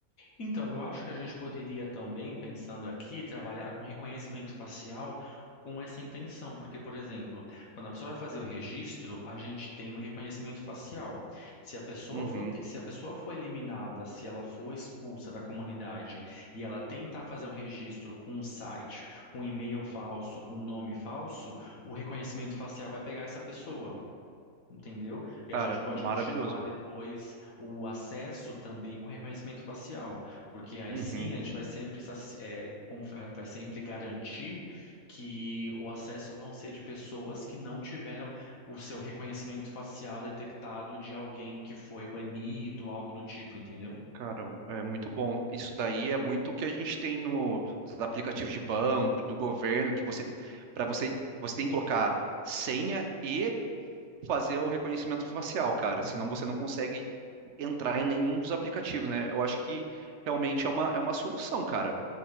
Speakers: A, on the left (about 70°); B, on the right (about 60°).
A: Então, eu acho que a gente poderia também, pensando aqui, trabalhar com reconhecimento facial com essa intenção, porque, por exemplo, quando a pessoa vai fazer o registro, a gente tem um reconhecimento facial. Se a pessoa
B: Uhum,
A: for, te- se a pessoa for eliminada, se ela for expulsa da comunidade e ela tentar fazer um registro com um site, com um e-mail falso, com um nome falso, o reconhecimento facial vai pegar essa pessoa. Entendeu? E
B: cara,
A: a gente pode
B: maravilhoso.
A: continuar depois o acesso também com reconhecimento facial, porque aí
B: Uhum,
A: assim a gente vai sempre, saci- é, conf- vai sempre garantir que o acesso vão ser de pessoas que não tiveram o seu reconhecimento facial detectado de alguém que foi banido, algo do tipo, entendeu?
B: cara, é muito bom. Isso daí é muito o que a gente tem nos aplicativos de banco, do governo, que você, para você, você tem que colocar senha e fazer o reconhecimento facial, cara.
A: Uhum.
B: Senão você não consegue entrar em nenhum dos aplicativos, né? Eu acho que realmente é uma, é uma solução, cara.